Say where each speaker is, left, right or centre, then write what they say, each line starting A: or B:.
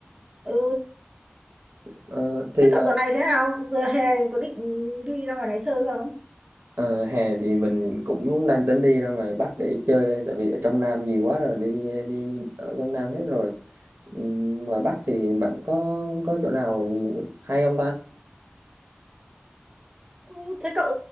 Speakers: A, on the right (about 20°); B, on the right (about 75°).
A: Ừ,
B: Ờ, thì
A: thế cậu dạo này thế nào? Giờ hè có định đi ra ngoài này chơi không?
B: ờ, hè thì mình cũng đang tính đi ra ngoài Bắc để chơi đây tại vì ở trong Nam nhiều quá rồi đi đi ở trong Nam hết rồi. Ừm, ngoài Bắc thì bạn có có chỗ nào hay không ta?
A: Ừ, thế cậu